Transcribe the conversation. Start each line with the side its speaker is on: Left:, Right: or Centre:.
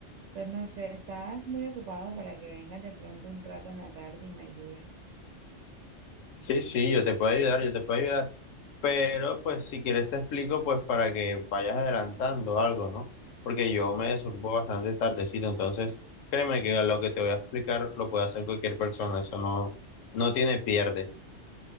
Right: Entonces, no sé, estás muy ocupado para que vengas de pronto un rato en la tarde y me ayudes.
Left: Sí, sí, yo te puedo ayudar, yo te puedo ayudar, pero pues si quieres te explico pues para que vayas adelantando algo, ¿no? Porque yo me desocupo bastante tardecito, entonces créeme que lo que te voy a explicar lo puede hacer cualquier persona, eso no, no tiene pierde.